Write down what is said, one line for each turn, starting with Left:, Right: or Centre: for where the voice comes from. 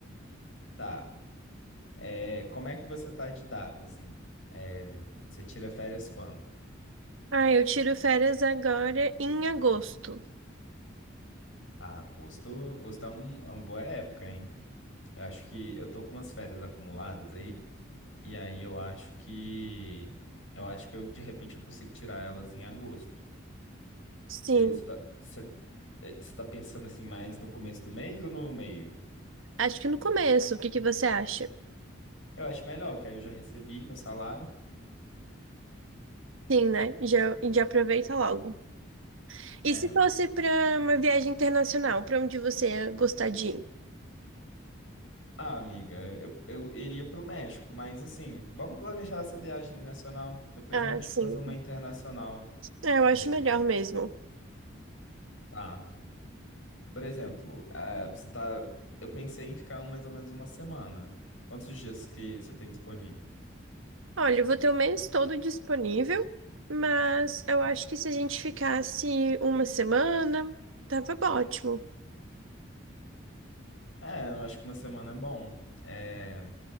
Left: Tá. É, Como é que você tá de data, assim? É, Você tira férias quando?
Right: Ah, eu tiro férias agora em agosto.
Left: Ah, agosto, agosto é, um- é uma boa época, hein? Eu acho que eu tô com umas férias acumuladas aí E aí eu acho que eu acho que eu de repente eu consigo tirar elas em agosto.
Right: Sim.
Left: Você tá, cê- eh, cê tá pensando assim mais no começo do mês ou no meio?
Right: Acho que no começo. O que que você acha?
Left: Eu acho melhor, que aí eu já recebi meu salário.
Right: Sim, né? Já, já aproveita logo.
Left: É.
Right: E se fosse para uma viagem internacional, para onde você ia gostar de ir?
Left: Ah, amiga, eu, eu iria pro México, mas assim, vamos planejar essa viagem nacional. Depois
Right: Ah,
Left: a gente
Right: sim.
Left: faz uma internacional,
Right: É, eu acho
Left: de repente.
Right: melhor mesmo.
Left: Tá. Por exemplo, eh, você tá. Eu pensei em ficar um- mais ou menos uma semana. Quantos dias que você tem disponível?
Right: Olha, eu vou ter o mês todo disponível, mas eu acho que se a gente ficasse uma semana, tava ótimo.
Left: É, eu acho que uma semana é bom. É,